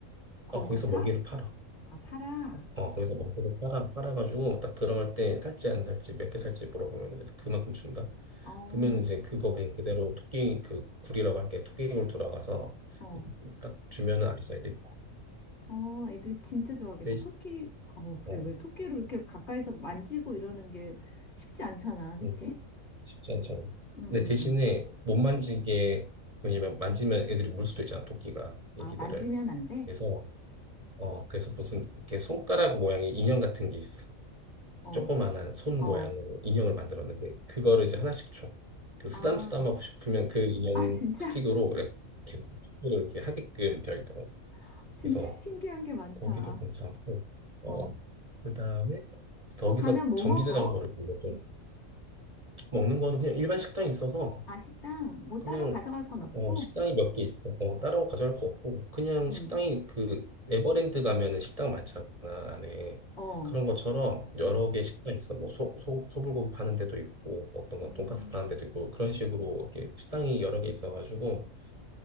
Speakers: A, on the left; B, on the right.
A: 거기서
B: 어, 거기서
A: 사?
B: 먹이를 팔아.
A: 아, 팔아?
B: 어, 거기서 먹이를 팔아, 팔아가지고 딱 들어갈 때 살지 안 살지, 몇 개 살지 물어보면 이제 그만큼 준다.
A: 어,
B: 그러면 이제 그거 그냥 그대로 토끼 그 굴이라고 할게 토끼굴 돌아가서
A: 어,
B: 딱 주면은 아리사이드 입어.
A: 어, 애들 진짜 좋아하겠다.
B: 대신,
A: 토끼, 어, 그래,
B: 어,
A: 그래. 토끼를 그렇게 가까이서 만지고 이러는 게 쉽지 않잖아. 그치?
B: 음, 쉽지 않잖아.
A: 응, 응,
B: 근데 대신에
A: 응.
B: 못 만지게, 왜냐면 만지면 애들이 물 수도 있잖아, 토끼가,
A: 아,
B: 애기들을.
A: 만지면 안 돼?
B: 그래서, 어, 그래서 무슨 이렇게 손가락 모양의 인형 같은 게 있어.
A: 어,
B: 조그만한 손
A: 어.
B: 모양으로 인형을 만들었는데 그거를 이제 하나씩 줘. 그 쓰담쓰담하고
A: 아,
B: 싶으면 그 인형
A: 아, 진짜?
B: 스틱으로 이렇게 토끼를 이렇게 하게끔 되어 있더라고.
A: <laughs> 진짜
B: 그래서
A: 신기한 게 많다.
B: 거기도 괜찮고 어
A: 어.
B: 그다음에 거기서
A: 그거 가면 뭐
B: 전기자전거를
A: 먹어?
B: 보려고 먹는 거는 그냥 일반 식당이 있어서
A: 아, 식당. 뭐
B: 그냥
A: 따로 가져갈 건 없고?
B: 어, 식당이 몇 개 있어. 어, 따로 가져갈 거 없고 그냥
A: 응.
B: 식당이 그 에버랜드 가면은 식당 많잖아 안에
A: 어.
B: 그런 것처럼 여러 개 식당 있어. 뭐 소, 소, 소불고기 파는 데도 있고 어떤 건
A: 음.
B: 돈가스 파는 데도 있고 그런 식으로 이렇게 식당이 여러 개 있어가지고